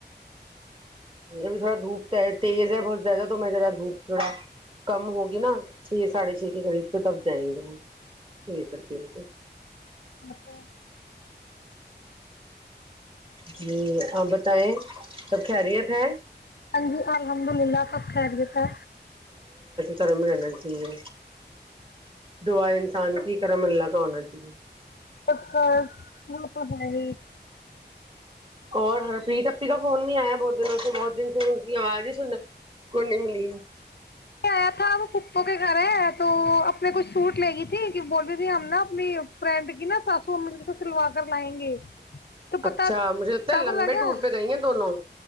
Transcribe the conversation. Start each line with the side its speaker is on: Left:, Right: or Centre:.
Right: ج ابھی تھوڑا دھوپ ہے تیز ہے بہت زیادہ تو میں ذرا دھوپ تھوڑا کم ہوگی نا چھ سڑھے چھ کے قب تب جائیں گے ہم لے کر کے ان کو
Left: اچھا
Right: جی آپ بتائیں سب خیریت ہے
Left: ہاں جی الحمد للہ کب خییرت ہے
Right: کررم رہنا چاہیے دعا انسان کی کرم اللہ کرانا چاہیے
Left: پپا وہ تو ہے
Right: اور ہرپریت اپی کا فون بھی آیا بہت دنوں سے بہت دن سے ان کی آواز ہی سن کو نہیں ملی ہے
Left: آیا تھا اب پپپو کے گھر ہے تو اپنے کچھ سوٹ لے گی تھی کہ بول رہی تھی ہم نا اپنی فرینڈ کی نا ساسو ا سے سلوا کر لائیں گے تو
Right: اچھا
Left: پتا
Right: مجھے لگتا ہے
Left: تب
Right: لمبے
Left: لگا
Right: ٹور پہ گئی ہیں دونوں